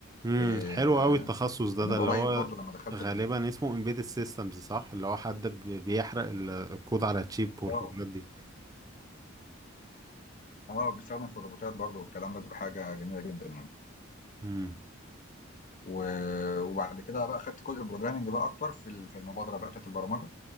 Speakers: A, on the right (about 20°); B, on the left (about 40°).
A: امم
B: آه،
A: حلو قوي التخصص ده
B: من
A: ده اللي
B: قريب
A: هو
B: برضو لما دخلت
A: غالبا
B: الم...
A: اسمه embedded systems صح؟ اللي هو حد بي- بيحرق ال- الكود على تشيب
B: اه
A: والحوارات دي
B: اه بيستخدم في الروبوتات برضو والكلام ده بتبقى حاجه جميله جدا يعني
A: امم
B: و... وبعد كده بقى خدت جزء البروجرامنج بقى اكتر في ال- في المبادره بقى بتاعت البرمجه